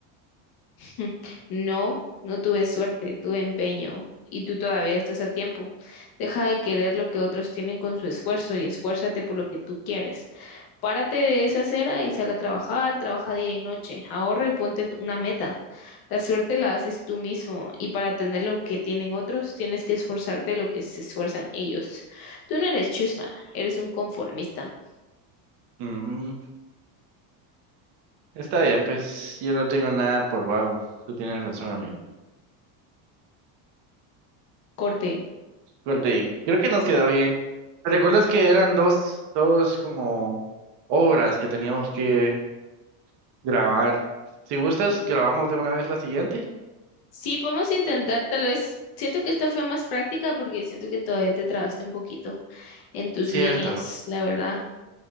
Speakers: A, on the left; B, on the right.
A: <laughs> No, no tuve suerte, tuve empeño. Y tú todavía estás a tiempo. Deja de querer lo que otros tienen con su esfuerzo y esfuérzate por lo que tú quieres. Párate de esa acera y sal a trabajar, trabaja día y noche, ahorra y ponte t- una meta. La suerte la haces tú mismo y para tener lo que tienen otros tienes que esforzarte lo que se esfuerzan ellos. Tú no eres chusma, eres un conformista.
B: Ujú. Está bien, pues yo no tengo nada por vago. Tú tienes razón, amigo.
A: Corte.
B: Corte, creo que nos quedó bien. ¿Recuerdas que eran dos, dos como obras que teníamos que grabar? Si gustas, grabamos de una vez la siguiente.
A: Sí, podemos intentar, tal vez. Siento que esta fue más práctica porque siento que todavía te trabaste un poquito en tus
B: Cierto.
A: líneas, la verdad.